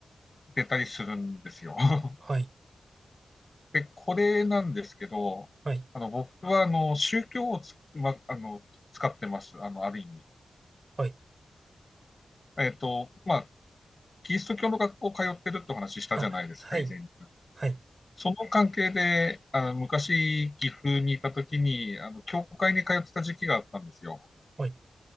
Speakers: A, on the left; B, on the right.
A: 出たりするんですよ。<laughs>
B: はい。
A: で、これなんですけど、
B: はい。
A: あの、僕は、あの、宗教をつ、ま、あの、使ってます。あの、ある意味。
B: はい。
A: えっと、まあ、キリスト教の学校通ってるってお話したじゃないですか、
B: あ、はい。
A: 以前に。
B: はい。
A: その関係で、あの、昔、岐阜にいた時に、あの、教会に通ってた時期があったんですよ。
B: はい。